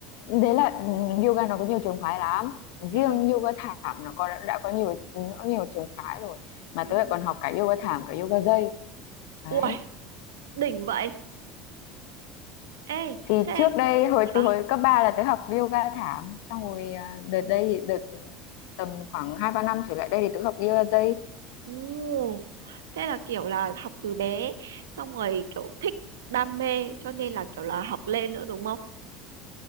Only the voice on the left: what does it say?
đấy là ừ, yoga nó có nhiều trường phái lắm.
Riêng yoga thảm nó có đã có nhiều nó nhiều trường phái rồi. Mà
tớ lại còn học cả yoga thảm cả yoga dây. Đấy.
Thì
trước đây hồi
từ hồi cấp 3 là tớ học yoga thảm xong rồi à, đợt đây thì đợt tầm khoảng 2 3 năm trở lại đây thì tớ học yoga dây.